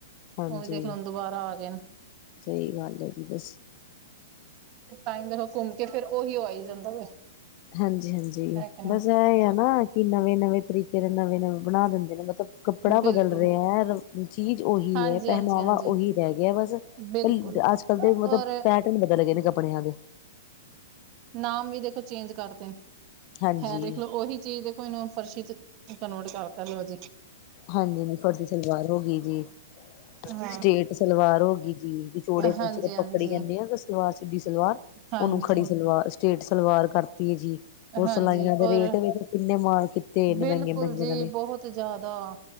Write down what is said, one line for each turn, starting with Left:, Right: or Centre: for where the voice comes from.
Left: ਹਾਂਜੀ
Right: ਉਹ ਵੀ ਦੇਖ ਲੋ ਦੁਬਾਰਾ ਆ ਗਏ।
Left: ਸਹੀ ਗੱਲ ਹੈ ਜੀ ਬਸ।
Right: ਤਾਂ ਹੀ ਦੇਖੋ ਘੁੰਮ ਕੇ ਫਿਰ ਉਹੀ ਉਹ ਆ ਹੀ ਜਾਂਦਾ ਵੇ।
Left: ਹਾਂਜੀ ਹਾਂਜੀ
Right: ਹੈ ਕਿ
Left: ਬਸ ਇਹ ਹੈ ਨਾ ਕਿ ਨਵੇਂ ਨਵੇਂ ਤਰੀਕੇ ਦੇ ਨਵੇਂ ਨਵੇਂ ਬਣਾ ਦਿੰਦੇ ਨੇ ਮਤਲਬ। ਕੱਪੜਾ
Right: ਨਹੀਂ ਬਿਲਕੁਲ
Left: ਬਦਲ ਰਿਹਾ ਚੀਜ਼ ਉਹੀ
Right: ਹਾਂਜੀ
Left: ਹੈ ਪਹਿਨਾਵਾ
Right: ਹਾਂਜੀ ਹਾਂਜੀ
Left: ਉਹੀ ਰਹਿ ਗਿਆ ਬਸ। ਅੱਜ
Right: ਬਿਲਕੁਲ
Left: ਕੱਲ੍ਹ ਦੇ ਮਤਲਬ
Right: ਔਰ
Left: ਪੈਟਰਨ ਬਦਲ ਗਏ ਨੇ ਕੱਪੜਿਆਂ ਦੇ।
Right: ਨਾਮ ਵੀ ਦੇਖੋ ਚੇਂਜ ਕਰਦੇ ਨੇ,
Left: ਹਾਂਜੀ
Right: ਹੈ ਦੇਖ ਲਓ, ਉਹੀ ਚੀਜ਼ ਦੇ। ਕੋਈ ਨਾ ਫਰਸ਼ੀ ਕਨਵਰਟ ਕਰਤਾ ਲੋਜੀ।
Left: ਹਾਂਜੀ ਹ ਫਰਜੀ ਸਲਵਾਰ ਹੋ ਗਈ ਜੀ।
Right: ਹਾਂ
Left: ਸਟੇਟ ਸਲਵਾਰ ਹੋ ਗਈ ਜੀ ਤੇ ਚੋੜੇ ਪਹਚੇ
Right: ਹਾਂਜੀ
Left: ਤੇ
Right: ਹਾਂਜੀ
Left: ਪੱਕੜੀ ਕਹਿੰਦੇ ਆ ਸਲਵਾਰ ਸਿੱਧੀ ਸਲਵਾਰ।
Right: ਹਾਂਜੀ
Left: ਉਹਨੂੰ ਖੜੀ ਸਲਵਾਰ, ਸਟੇਟ ਸਲਵਾਰ ਕਰਤੀ ਹੈ ਜੀ। ਉਹ
Right: ਹਾਂਜੀ
Left: ਸਿਲਾਈਆਂ ਦੇ
Right: ਔਰ
Left: ਰੇਟ ਵੇ ਕਿੰਨੇ ਮਾਲ ਕੀਤੇਏ ਨੇ
Right: ਬਿਲਕੁਲ
Left: ਮਹਿੰਗੇ ਮਹਿੰਗੇਨਾਂ
Right: ਜੀ
Left: ਨੇ।
Right: ਬਹੁਤ ਜ਼ਿਆਦਾ।